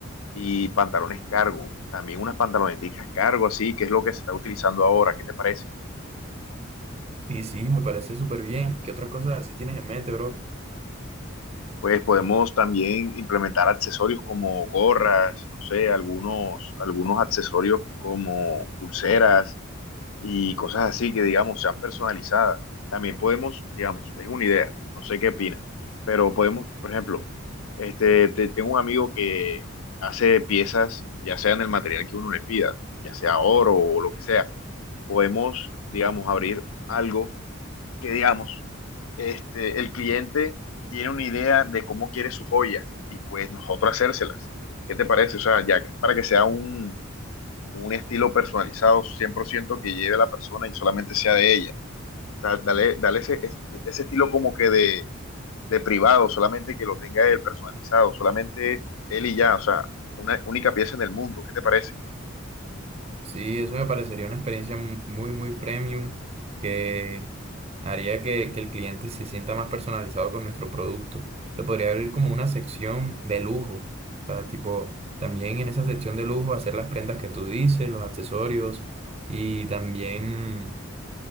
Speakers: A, on the left; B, on the right.
A: y pantalones cargo. También unas pantaloneticas cargo, así, que es lo que se está utilizando ahora. ¿Qué te parece?
B: Y sí, me parece súper bien. ¿Qué otras cosas así tienes en mente, bro?
A: Pues podemos también implementar accesorios como gorras, no sé, algunos, algunos accesorios como pulseras y cosas así que, digamos, sean personalizadas. También podemos, digamos, es una idea, no sé qué opinas, pero podemos, por ejemplo, este, te- tengo un amigo que hace piezas, ya sea en el material que uno le pida, ya sea oro o lo que sea. Podemos, digamos, abrir algo que, digamos, este, el cliente tiene una idea de cómo quiere su joya y pues nosotros hacérselas. ¿Qué te parece? O sea, ya para que sea un, un estilo personalizado 100% que lleve a la persona y solamente sea de ella. O sea, dale, dale ese, ese, ese estilo como que de, de, privado, solamente que lo tenga él personalizado, solamente él y ya, o sea, una única pieza en el mundo. ¿Qué te parece?
B: Sí, eso me parecería una experiencia muy, muy premium que haría que, que el cliente se sienta más personalizado con nuestro producto. Se podría abrir como una sección de lujo, o sea, tipo, también en esa sección de lujo hacer las prendas que tú dices, los accesorios y también